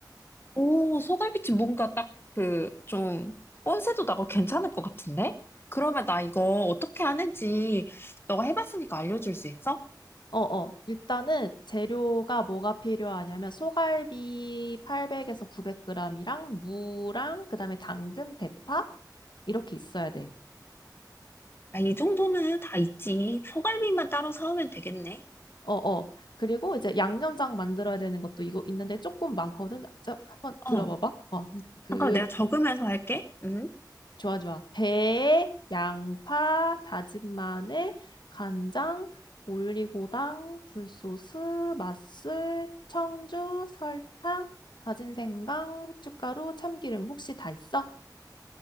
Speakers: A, on the left (about 30°); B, on the left (about 80°).
A: 오, 소갈비찜 뭔가 딱 그 좀 뻔세도 나고 괜찮을 것 같은데? 그러면 나 이거 어떻게 하는지 너가 해봤으니까 알려줄 수 있어?
B: 어 어. 일단은 재료가 뭐가 필요하냐면 소갈비 800에서 900g이랑 무랑 그다음에 당근, 대파 이렇게 있어야 돼.
A: 아, 이 정도는 다 있지. 소갈비만 따로 사오면 되겠네.
B: 어 어. 그리고 이제 양념장 만들어야 되는 것도 이거 있는데 조금 많거든. 자, 한번 들어봐봐.
A: 어,
B: 어, 음, 그
A: 잠깐 만 내가 적으면서 할게. 응?
B: 좋아, 좋아. 배, 양파, 다진 마늘, 간장, 올리고당, 굴소스, 맛술, 청주, 설탕, 다진 생강, 후춧가루, 참기름 혹시 다 있어?